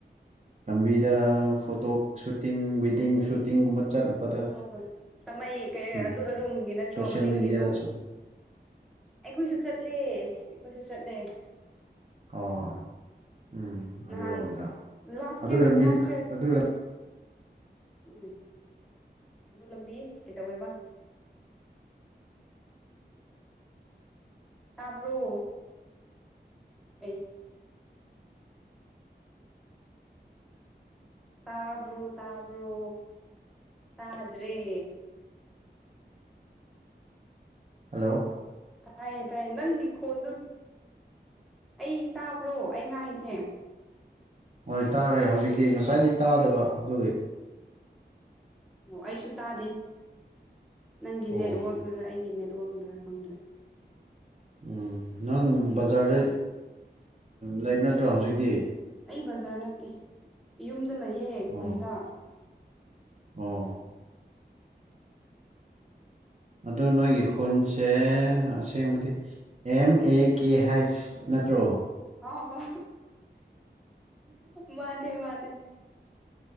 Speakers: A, on the right; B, in the centre.
A: ꯂꯝꯕꯤꯗ ꯐꯣꯇꯣ ꯁꯨꯇꯤꯡ ꯋꯤꯗꯤꯡ ꯁꯨꯇꯤꯡꯒꯨꯝꯕ ꯆꯠꯄꯗ
B: ꯍꯣꯏ ꯍꯣꯏ ꯇꯥꯃꯩ ꯀꯩ
A: ꯎꯝ
B: ꯑꯗꯨꯔꯣꯝꯒꯤ ꯅꯠꯇ꯭ꯔꯣ
A: ꯁꯣꯁꯤꯌꯦꯜ
B: ꯃꯅꯤꯡꯒꯤꯗꯨ
A: ꯃꯦꯗꯤꯌꯥꯗꯁꯨ
B: ꯑꯩꯈꯣꯏꯁꯨ ꯆꯠꯂꯦ ꯑꯩꯈꯣꯏꯁꯨ ꯆꯠꯂꯦ
A: ꯑꯣ ꯎꯝ
B: ꯅꯍꯥꯟ
A: ꯑꯗꯨꯔꯣꯝꯗ
B: ꯂꯥꯁ
A: ꯑꯗꯨ
B: ꯌꯔ
A: ꯂꯝꯕꯤ
B: ꯂꯥꯁ ꯌꯔ
A: ꯑꯗꯨ
B: ꯎꯝ ꯑꯗꯨ ꯂꯝꯕꯤ ꯀꯩꯗꯧꯧꯕꯋꯩꯕ ꯇꯥꯕ꯭ꯔꯣ ꯑꯦ ꯇꯥꯕ꯭ꯔꯣ ꯇꯥꯕ꯭ꯔꯣ ꯇꯥꯗ꯭ꯔꯦ
A: ꯍꯜꯂꯣ
B: ꯇꯥꯏꯌꯦ ꯇꯥꯏꯌꯦ ꯅꯪꯒꯤ ꯈꯣꯟꯗꯨ ꯑꯩ ꯇꯥꯕ꯭ꯔꯣ ꯑꯩ ꯉꯥꯏꯁꯦ
A: ꯍꯣꯏ ꯇꯥꯔꯦ ꯍꯧꯖꯤꯛꯇꯤ ꯉꯁꯥꯏꯗꯤ ꯇꯥꯗꯕ ꯑꯗꯨꯒꯤ
B: ꯑꯣ ꯑꯩꯁꯨ ꯇꯥꯗꯦ ꯅꯪꯒꯤ ꯅꯦꯠꯋꯛꯅ꯭ꯔ
A: ꯑꯣ
B: ꯑꯩꯒꯤ ꯅꯦꯠꯋꯔꯛ ꯈꯪꯗ꯭ꯔꯦ ꯈꯪꯗ꯭ꯔꯦ
A: ꯎꯝ ꯅꯪ ꯕꯖꯥꯔꯗ ꯂꯩꯕ ꯅꯠꯇ꯭ꯔꯣ ꯍꯧꯖꯤꯛꯇꯤ
B: ꯑꯩ ꯕꯔ ꯅꯠꯇꯦ ꯌꯨꯝ ꯂꯩꯌꯦ ꯈꯨꯟꯗ
A: ꯑꯣ ꯑꯣ ꯑꯗꯨ ꯅꯣꯏꯒꯤ ꯈꯨꯟꯁꯦ ꯑꯁꯦꯡꯕꯗꯤ ꯑꯦꯝ ꯑꯦ ꯀꯦ ꯍꯥꯏꯁ ꯅꯠꯇ꯭ꯔꯣ
B: ꯑ ꯍꯣ ꯃꯥꯅꯦ ꯃꯥꯅꯦ